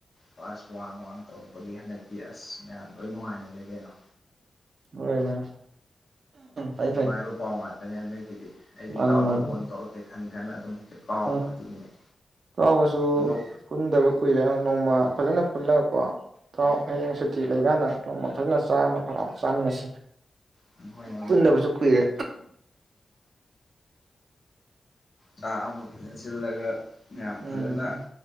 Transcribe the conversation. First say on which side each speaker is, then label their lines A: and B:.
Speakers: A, on the left; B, on the right.
A: ꯄꯥꯁ ꯋꯥꯡ ꯋꯥꯡ ꯇꯧꯔꯛꯄꯒꯤ ꯍꯟꯗꯛꯇꯤ ꯑꯁ ꯃꯌꯥꯝ ꯂꯣꯏ ꯅꯨꯡꯉꯥꯏꯅꯔ‌ꯦ ꯀꯩꯅꯣ
B: ꯍꯣꯏ ꯍꯣꯏ ꯐꯩ
A: ꯅꯨꯡꯉꯥꯏꯕ
B: ꯐꯩ
A: ꯄꯥꯎ ꯉꯛ <unintelligible> ꯑꯩꯒꯤ
B: ꯃꯥꯅꯤ
A: ꯏꯇꯥꯎꯗꯣ
B: ꯃꯥꯅꯤ
A: ꯐꯣꯟ ꯇꯧꯔ ꯈꯟ ꯈꯟꯅ ꯑꯗꯨꯝ ꯍꯦꯛꯇ ꯀꯥꯎꯕ
B: ꯎꯝ
A: ꯑꯗꯨꯒꯤꯅꯦ
B: ꯆꯥꯎꯕꯁꯨ
A: ꯑꯗꯣ
B: ꯄꯨꯟꯗꯕ ꯀꯨꯏꯔꯦ ꯅꯣꯡꯃ ꯐꯖꯅ ꯄꯨꯜꯂꯒꯀꯣ ꯊꯥꯎ ꯍꯌꯦꯡ ꯁꯨꯇꯤ ꯂꯩꯀꯟꯗ ꯅꯣꯡꯃ ꯐꯖꯅ ꯆꯥꯛ ꯑꯃ ꯆꯝꯃꯤꯟꯅꯁꯤ
A: ꯑꯩꯈꯣꯏꯅ
B: ꯄꯨꯟꯗꯕꯁꯨ ꯀꯨꯏꯔꯦ
A: ꯆꯥꯛ ꯑꯃ ꯐꯖꯅ ꯁꯤꯜꯂꯒ ꯃꯌꯥꯝ
B: ꯎꯝ
A: ꯐꯖꯅ